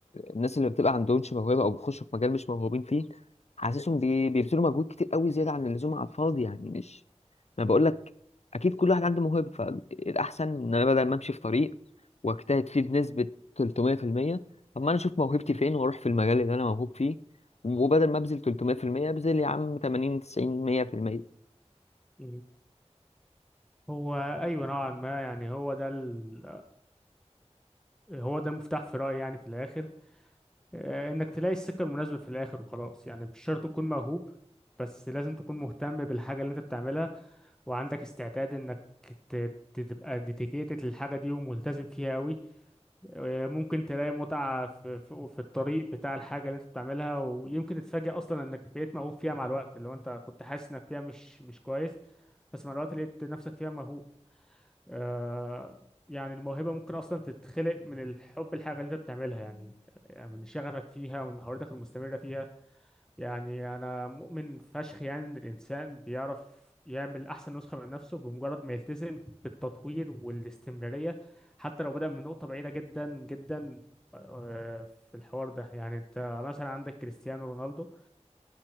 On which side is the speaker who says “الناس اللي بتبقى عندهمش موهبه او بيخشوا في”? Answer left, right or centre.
Left